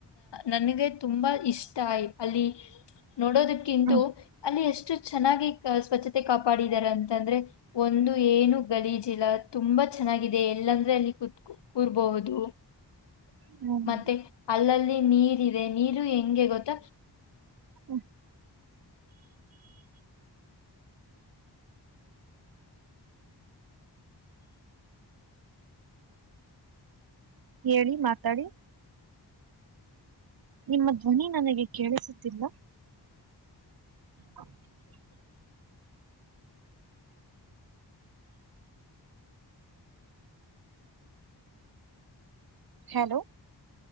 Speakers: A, on the left (about 70°); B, on the right (about 55°).
A: ನನಗೆ ತುಂಬಾ ಇಷ್ಟ ಅಲ್ಲಿ ನೋಡೋದಕ್ಕಿಂತ
B: ಹ್ಮ್
A: ಅಲ್ಲಿ ಎಷ್ಟು ಚೆನ್ನಾಗಿ ಸ್ವಚ್ ಮತ್ತೆ ಕಾಪಾಡಿದಾರ ಅಂತಂದ್ರೆ ಒಂದು ಏನು ಗಲೀಜಿಲ್ಲ ತುಂಬಾ ಚೆನ್ನಾಗಿದೆ ಎಲ್ಲಾಂದ್ರೆ ಅಲ್ಲಿ ಕುೂತ್ ಕೂರ್ಬಹುದು
B: ಹ್ಮ್
A: ಮತ್ತೆ ಅಲ್ಲಲ್ಲಿ ನೀರ್ ಇದೆ ನೀರು ಹೆಂಗೆ ಗೊತ್ತ
B: ಹ್ಮ ಹೇಳಿ ಮಾತಾಡಿ ನಿಮ್ಮ ಧ್ವನಿ ನನಗೆ ಕೇಳಿಸುತ್ತಿಲ್ಲ <inaudible> ಹಲೋ